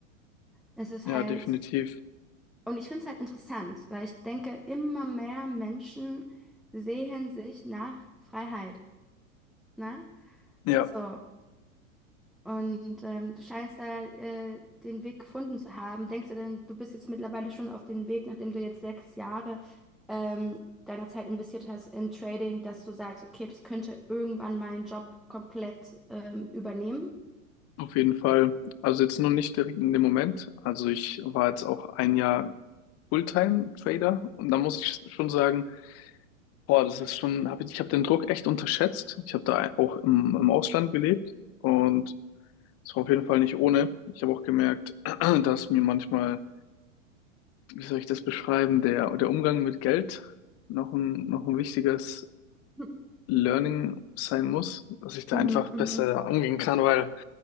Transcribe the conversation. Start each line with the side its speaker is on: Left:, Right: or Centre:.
Centre: Es ist
Left: Ja,
Centre: halt,
Left: definitiv.
Centre: und ich finde es halt interessant, weil ich denke, immer mehr Menschen sehen sich nach Freiheit. Ne?
Left: Ja,
Centre: So, und ähm, du scheinst da äh, den Weg gefunden zu haben. Denkst du denn, du bist jetzt mittlerweile schon auf dem Weg, nachdem du jetzt sechs Jahre ähm, deiner Zeit investiert hast in Trading, dass du sagst, okay, das könnte irgendwann meinen Job komplett ähm, übernehmen?
Left: auf jeden Fall. Also jetzt nur nicht direkt in dem Moment. Also ich war jetzt auch ein Jahr Fulltime-Trader und da muss ich schon sagen, boah, das ist schon, hab ich, ich habe den Druck echt unterschätzt. Ich habe da auch im, im Ausland gelebt und es war auf jeden Fall nicht ohne. Ich habe auch gemerkt, <clears throat> dass mir manchmal, wie soll ich das beschreiben, der, der Umgang mit Geld noch ein, noch ein wichtiges
Centre: Mhm,
Left: Learning sein muss, dass ich da
Centre: mhm,
Left: einfach
Centre: mhm,
Left: besser umgehen kann, weil